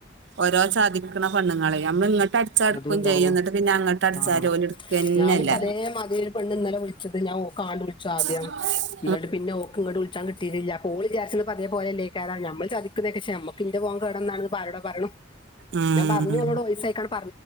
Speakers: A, on the right; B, on the left.
A: ഓരോ സാധിക്കുന്ന പെണ്ണുങ്ങള നമ്മ ഇങ്ങട്ട..... അടച്ചടുക്കും
B: അതുണ്ടാവും
A: ചെയ്യും എന്നിട്ട് പിന്നെ അങ്ങോട്ട് അടിച്ചൽ
B: ആഹ്
A: ഓല് എടുക്കന്നല്ല.....
B: ഞാനിപ്പ അതേമാതിരി ഒരു പെണ്ണ് ഇന്നലെ വിളിച്ചത് ഞാൻ കാണ്ടു വിളിച്ചൽ ആദ്യം......
A: <inaudible>
B: എന്നിട്ട് പിന്നെഓക്ക് ഇങ്ങോട്ട്‌ വിളിക്കാൻ കിട്ടില്ല ഓൾ വിചാരിച്ച പതേ പോലല്ലേതാ നമ്മൾ ചതിക്കുന്നക്കെ..... പിന്റെ പോകൻ കേടന്നാണ പറയടോ പറഞ്ഞു
A: ഉം
B: ഞാൻ പറഞ്ഞുോളോട് പൈസ അയക്കണം.....